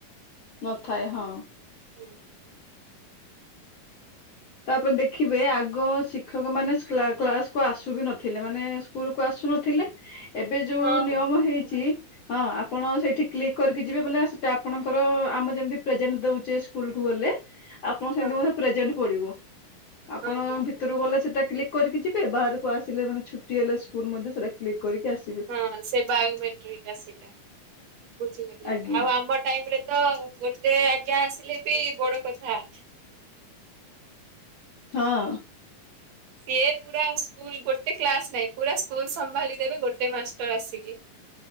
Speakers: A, on the left; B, on the right.
A: ନଥାଏ। ହଁ
B: ହୁଁ।
A: ତାପରେ ଦେଖିବେ ଆଗ ଶିକ୍ଷକ ମାନେ କ୍ଲା କ୍ଲାସକୁୁ ଆସୁବିନଥିଲେ ମାନେ ସ୍କୁଲ କୁ ଆସୁନଥିଲେ ଏବେ ଯୋଉ
B: ହଁ
A: ନିୟମ ହେଇଛି
B: ହଁ
A: ହଁ ଆପଣ ସେଇଠି କ୍ଲିକ୍ କରିକି ଯିବେ ବୋଲେ ସେଟା ଆପଣଙ୍କର ଆମେ ଯେମିତି ପ୍ରେଜେଣ୍ଟ ଦଉଚେ ସ୍କୁଲ କୁ ଗଲେ ଆପଣଙ୍କ
B: ହଁ
A: ସେନ୍ତି ମଧ୍ୟ ପ୍ରେଜେଣ୍ଟ ପଡିବ।
B: ହଁ
A: ଆପଣ
B: ହଁ
A: ଭିତରରୁ
B: ହଁ।
A: ଗଲେ ସେଟା କ୍ଲିକ୍ କରିକି ଯିବେ ବାହାରକୁ ଆସିଲେ ମାନେ ଛୁଟି ହେଲେ ସ୍କୁଲ ମଧ୍ୟ ସେଟା କ୍ଲିକ କରିକି ଆସିବେ।
B: ହଁ ସେ ବାୟୋମେଟ୍ରିକଟା ସେଇଟା। ବୁଝିଗଲି
A: ଆଜ୍ଞା
B: ଆଉ ଆମ ଟାଇମରେ ତ ଗୋ ଟେ ଆଜ୍ଞା ଆସିଲେ ବି ବଡ କଥା
A: ହଁ
B: ସିଏ ପୁରା ସ୍କୁଲ ଗୋଟେ କ୍ଲାସ ନାଇଁ ପୁରା ସ୍କୁଲ ସମ୍ଭାଳି ଦେବେ ଗୋଟେ ମାଷ୍ଟର ଆସିକି। <inaudible>